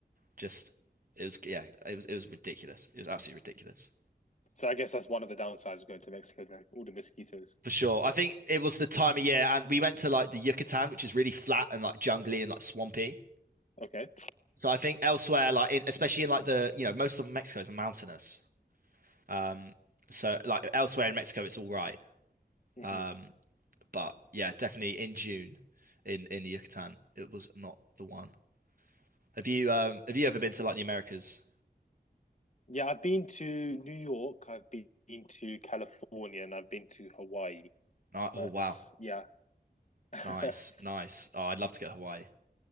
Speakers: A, on the right; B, on the left.
A: Just it was yeah, it was it was ridiculous. It was absolutely ridiculous.
B: So I guess that's one of the downsides of going to Mexico then, all the mosquitoes.
A: For sure. I think it was the time of year and we went to like the Yucatan, which is really flat and like jungly and like swampy.
B: Okay.
A: So I think elsewhere, like in, especially in like the you know, most of Mexico is mountainous. Um so like elsewhere in Mexico it's all right.
B: hmm
A: Um but yeah, definitely in June in in the Yucatan, it was not the one. Have you um have you ever been to like the Americas?
B: Yeah, I've been to New York, I've been to California, and I've been to Hawaii.
A: Ni-
B: But
A: Oh wow.
B: yeah. <laughs>
A: Nice, nice. Oh, I'd love to go to Hawaii.